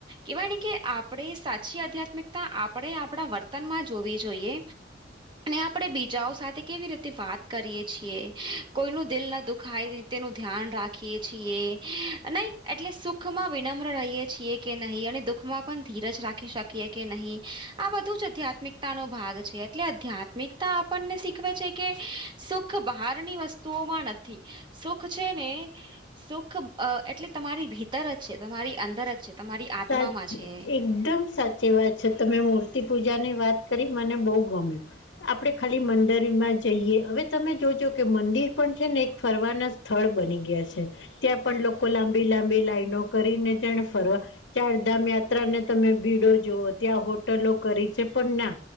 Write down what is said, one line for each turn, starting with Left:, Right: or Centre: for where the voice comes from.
Right: કેવાય નને કે આપણે સાચી આધ્યાત્મિકતા આપણે આપણા વર્તનમાં જોવી જોઈએ આપડે બીજાઓ સાથે કેવી રીતે વાત કરીએ છીએ કોઈ ન દિલ ના દુખાય તેનું ધ્યાન રાખી છી નહી એટલે સુખમાં વિનમ્ર રહીએ છીએ કે નહીં અને દુઃખમાં ધીરજ રાખી શકીએ કે નહી આ બધું જ આધ્યાત્મિકતા નો ભાગ છે. એટલે આધ્યાત્મિકતા આપણને શીખવે છે કે સુખ બહારની વસ્તુઓમાં નથી સુખ છે ને સુખ એટલે તમારી ભીતર જ છે તમારી અંદર જ છે. તમારી આત્મામાં
Left: સાચ
Right: છે
Left: એકદમ સાચ જેવા છ તમે મૂર્તિ પૂજાની વાત કરી મને બહુ ગમ્યું આપણે ખાલી મંદરમાં જઈએ હવે તમે જોજો કે મંદિર પણ છે ને એક ફરવાના સ્થળ બની ગયા છે ત્યાં પણ લોકો લાંબી લાંબી લાાઈનો કરીને તેને ફરવા ચારધામ યાત્રા ને તમે ભીડો જવ ત્યાં હોટલો કરી છે પણ ના